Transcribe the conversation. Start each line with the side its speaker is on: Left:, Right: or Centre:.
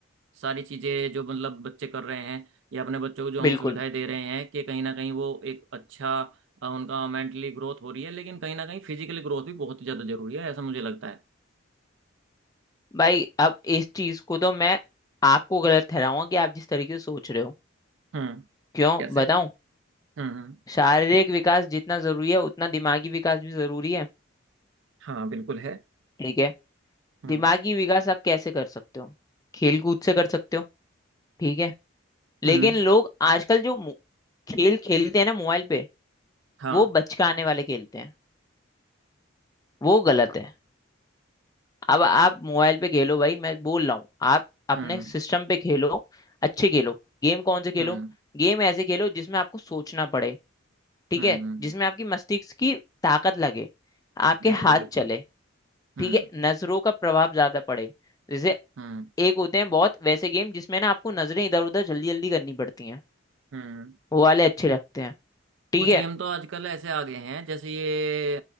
Right: सारी चीजें जो मतलब बच्चे कर रहे हैं या अपने बच्चों को जो हम
Left: बिल्कुल
Right: सुविधाएं दे रहे हैं कि कहीं ना कहीं वो एक अच्छा अ, उनका मेंटली ग्रोथ हो रही है लेकिन कहीं ना कहीं फिजिकली ग्रोथ भी बहुत ज्यादा जरूरी है ऐसा मुझे लगता है
Left: भाई अब इस चीज को तो मैं आपको गलत ठहराऊंगा कि आप जिस तरीके से सोच रहे हो
Right: हम्म
Left: क्यों
Right: कैसे
Left: बताऊं
Right: हम्म हम्म,
Left: शारीरिक विकास जितना जरूरी है उतना दिमागी विकास भी जरूरी है
Right: हाँ बिल्कुल है
Left: ठीक है
Right: हम्म
Left: दिमागी विकास आप कैसे कर सकते हो खेल कूद से कर सकते हो ठीक है लेकिन
Right: हम्म
Left: लोग आजकल जो मो- खेल खेलते हैं ना मोबाइल पे
Right: हाँ
Left: वो बचकाने वाले खेलते हैं वो गलत है अब आप मोबाइल पे खेलो भाई मैं बोल रहा हूँ आप अपने
Right: हम्म
Left: सिस्टम पे खेलो अच्छे खेलो गेम कौन से खेलो
Right: हम्म
Left: गेम ऐसे खेलो जिसमें आपको सोचना पड़े ठीक
Right: हम्म
Left: है
Right: हम्म,
Left: जिसमें आपकी मस्तिष्क की ताकत लगे आपके
Right: बिल्कुल
Left: हाथ
Right: बिल्कुल
Left: चले
Right: हम्म
Left: ठीक है नजरों का प्रभाव ज्यादा पड़े जैसे
Right: हम्म
Left: एक होते हैं बहुत वैसे गेम जिसमें ना आपको नजरें इधर उधर जल्दी जल्दी करनी पड़ती हैं
Right: हम्म
Left: वो वाले अच्छे लगते हैं ठीक
Right: कुछ
Left: है
Right: गेम तो आजकल ऐसे आ गए हैं जैसे ये